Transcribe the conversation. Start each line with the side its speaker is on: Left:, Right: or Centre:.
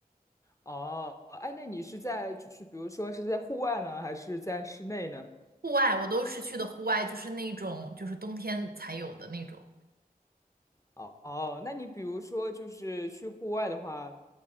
Left: 哦，哎，那你是在就是比如说是在户外呢，还是在室内呢？
Right: 户外我都是去的户外，就是那种就是冬天才有的那种。
Left: 哦哦，那你比如说就是去户外的话，